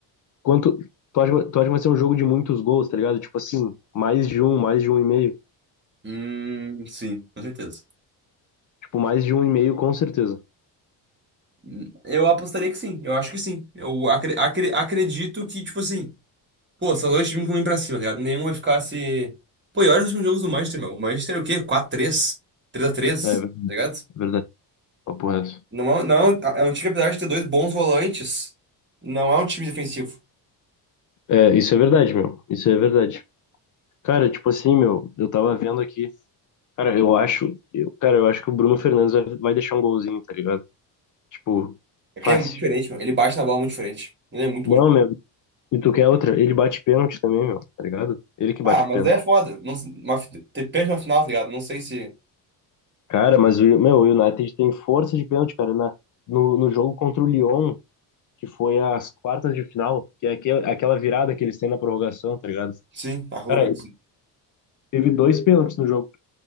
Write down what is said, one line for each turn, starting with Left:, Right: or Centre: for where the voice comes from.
Left: quanto. Tu acha, tu acha que vai ser um jogo de muitos gols, tá ligado? Tipo assim, mais de um, mais de um e meio.
Right: Hum, sim, com certeza.
Left: Tipo, mais de um e meio, com certeza.
Right: Hum, Eu apostaria que sim, eu acho que sim. Eu acre- acre- acredito que, tipo assim, Pô, são dois times ruins pra cima, tá ligado? Nenhum vai ficar se. Pô, e olha os últimos jogos do Manchester, meu. O Manchester é o quê? 4 três três a três
Left: É,
Right: tá ligado?
Left: verdade. Papo reto.
Right: Não, é- um, não, é um é um time, apesar de ter dois bons volantes, não é um time defensivo.
Left: É, isso é verdade, meu. Isso é verdade. Cara, tipo assim, meu, eu tava vendo aqui. Cara, eu acho. Eu, cara, eu acho que o Bruno Fernandes vai, vai deixar um golzinho, tá ligado? Tipo,
Right: É que
Left: fácil.
Right: ele é muito diferente, meu. Ele bate na bola muito diferente. Ele é muito
Left: Não,
Right: bom. de-
Left: meu. E tu quer outra? Ele bate pênalti também, meu, tá ligado? Ele que
Right: Ah,
Left: bate
Right: mas
Left: pênalti.
Right: daí é foda. Não, se- uma, ter pênalti na final, tá ligado? Não sei se.
Left: Cara, mas o, meu, o United tem força de pênalti, cara. Na, no, no jogo contra o Lyon, que foi as quartas de final, que é aquela, aquela virada que eles têm na prorrogação, tá ligado?
Right: Sim, tá louco
Left: Cara,
Right: assim.
Left: teve dois pênaltis no jogo